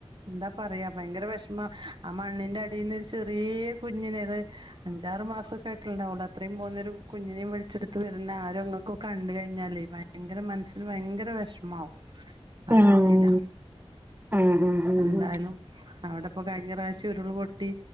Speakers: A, on the right; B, on the right.
A: എന്താ പറയാ ഭയങ്കര വിഷമ ആ മണ്ണിന്റെ അടിൽന് ഒരു ചെറിയ കുഞ്ഞിനെത് അഞ്ചാറ് മാസക്കെ ആയിട്ടുണ്ടാവൂ അത്രയും പോന്നൊ ഒരു കുഞ്ഞിനേ വലിച്ചെടുത്ത് വരുന്ന ആരും അങ്ങക്ക കണ്ട കഴിഞ്ഞാലേ ഭയങ്കര മനസ്സിന് ഭയങ്കര വേഷമാവും ആ
B: ഉം ഉം
A: രീതിയില്ല
B: ഉം ഉം
A: എന്തായാലും
B: ഉം
A: അവിടെപ്പോൊ കഴിഞ്ഞ പ്രാവശ്യം ഉരുൾ പൊട്ടി